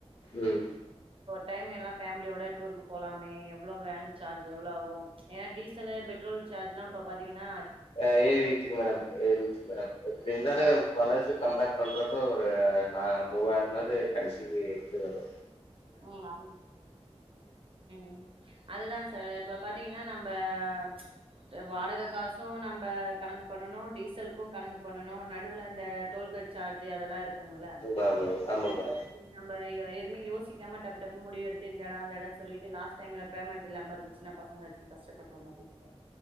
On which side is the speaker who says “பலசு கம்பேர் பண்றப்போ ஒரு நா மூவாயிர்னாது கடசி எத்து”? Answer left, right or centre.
Left